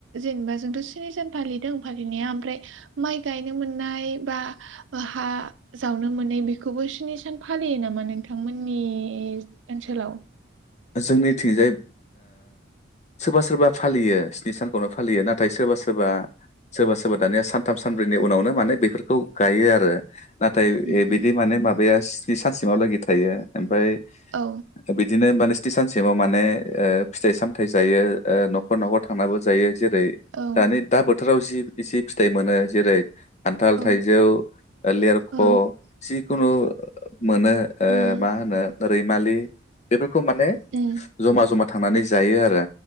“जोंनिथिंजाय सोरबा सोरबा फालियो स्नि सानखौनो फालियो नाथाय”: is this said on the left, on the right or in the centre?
Left